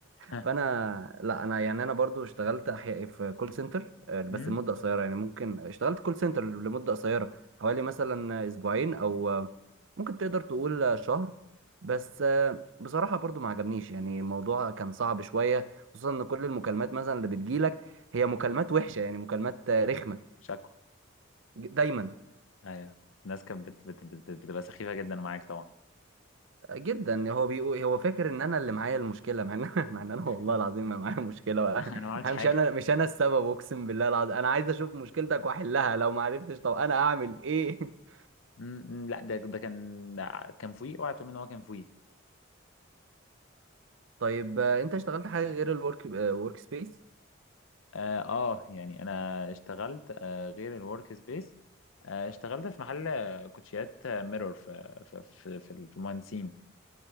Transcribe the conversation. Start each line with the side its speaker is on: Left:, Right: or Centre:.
Left: ها
Right: فأنا لا أنا يعني أنا برضو اشتغلت أحياء في كول سنتر آه، بس
Left: امم
Right: لمدة قصيرة يعني ممكن اشتغلت كول سنتر لمدة قصيرة حوالي مثلا أسبوعين أو آه، ممكن تقدر تقول آه، شهر بس آه، بصراحة برضو ما عجبنيش يعني الموضوع كان صعب شوية خصوصا إن كل المكالمات مثلا اللي بتجيلك هي مكالمات وحشة يعني مكالمات آه، رخمة
Left: شكوى
Right: ج- دايما
Left: ايوه الناس كانت بت بت بت بت- بتبقى سخيفه جدا معاك طبعا
Right: آه، جدا هو بيقول هو فاكر ان انا اللي معايا المشكله مع ان <laughs> مع ان انا والله
Left: <laughs>
Right: العظيم ما معايا مشكله
Left: انا ما
Right: <laughs>
Left: عملتش
Right: مش
Left: حاجه
Right: انا مش انا السبب اقسم بالله العظيم انا عايز اشوف مشكلتك واحلها لو ما عرفتش طب انا اعمل ايه <laughs>
Left: <laughs> امم لا ده ده كان ده كان فوقي اوعى تقول ان هو كان فوقي
Right: طيب آه، انت اشتغلت حاجه غير الورك ورك سبيس
Left: آه, اه يعني انا اشتغلت آه غير الورك سبيس آه اشتغلت في محل آه، كوتشيات آه، ميرور في في في, في في المهندسين